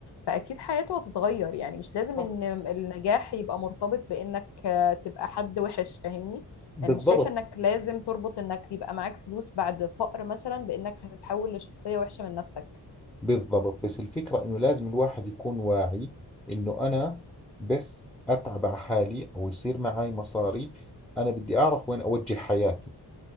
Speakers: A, on the left; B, in the centre.
A: فاكيد حياته هتتغير يعني مش لازم
B: صح.
A: ان النجاح يبقى مرتبط بانك تبقى حد وحش فاهمني
B: بالضبط
A: يعني مش شايفة انك لازم تربط انك يبقى معاك فلوس بعد فقر مثلا بانك هتتحول لشخصية وحشة من نفسك
B: بالضبط بس الفكرة إنه لازم الواحد يكون واعي إنه أنا بس أتعب على حالي أو يصير معي مصاري أنا بدي أعرف وين أوجه حياتي